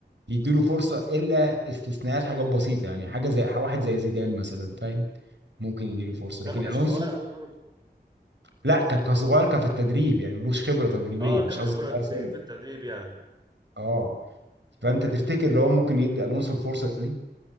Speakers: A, on the right; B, on the right.
A: يديله فرصة الا استثناءات حاجات بسيطة يعني حاجة زي واحد زي زيدان مثلا فاهم ممكن يديله فرصة
B: بس ده
A: لكن
B: ما كانش
A: الونسو
B: صغير قوي برضه
A: لا ك- كصغير كفي التدريب يعني ملوش خبرة تدريبية
B: اه
A: مش
B: كخبره
A: قصدي صغير
B: سنين
A: سن
B: في التدريب يعني
A: اه فانت تفتكر لو هو ممكن يدي الونسو الفرصة دي